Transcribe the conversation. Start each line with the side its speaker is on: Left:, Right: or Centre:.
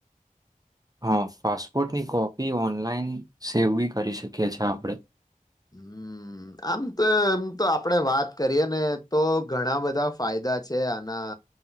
Right: હા, પાસપોર્ટની કોપી ઓનલાઈન સેવ બી કરી શકીએ છે આપળે.
Left: હમ્મ. આમ તો, એમ તો આપણે વાત કરીએ ને તો ઘણા બધા ફાયદા છે આના.